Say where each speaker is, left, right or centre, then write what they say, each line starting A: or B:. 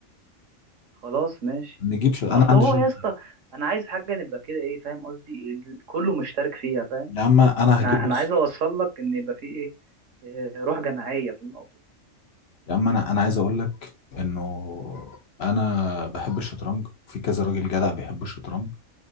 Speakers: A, on the right; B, on the left.
A: خلاص ماشي
B: نجيب شط... انا
A: ما أصل
B: عندي
A: هو
B: شط...
A: يا اسطى أنا عايز حاجة نبقى كده إيه فاهم قصدي ال- كله مشترك فيها فاهم
B: يا عم انا
A: أنا
B: هجيب بص
A: أنا عايز أوصل لك إن يبقى في إيه إيه، روح جماعية في الموضوع
B: يا عم انا انا عايز اقول لك انه انا بحب الشطرنج في كذا راجل جدع بيحب الشطرنج